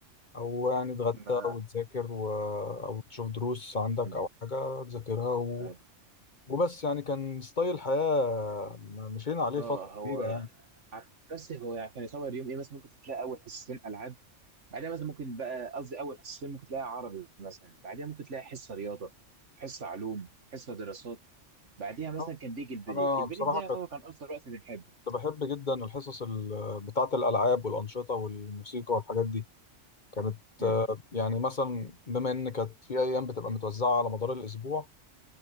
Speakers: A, on the left; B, on the right.
A: او يعني تتغدى
B: ما
A: وتذاكر و... او تشوف دروس عندك
B: مم.
A: او حاجة تذاكرها و...
B: أيوة.
A: وبس يعني كان ستايل حياة م- مشينا عليه
B: اه
A: فترة
B: هو
A: كبيرة يعني
B: عن نفسي هو يعني كان يصور يوم ايه مثلا ممكن تلاقي اول حصتين العاب بعدها مثلا ممكن بقى قصدي اول حصتين ممكن تلاقي عربي مثلا بعدها ممكن تلاقي حصه رياضه حصه علوم حصه دراسات بعدها مثلا
A: آه،
B: كان بيجي البريك
A: انا
B: البريك
A: بصراحة
B: ده يعتبر
A: كنت
B: كان اكثر وقت بنحبه
A: بحب جدا الحصص ال... بتاعة الالعاب والانشطة والموسيقى والحاجات دي كانت
B: امم
A: آه، يعني مثلا بما ان كانت في ايام بتبقى متوزعة على مدار الاسبوع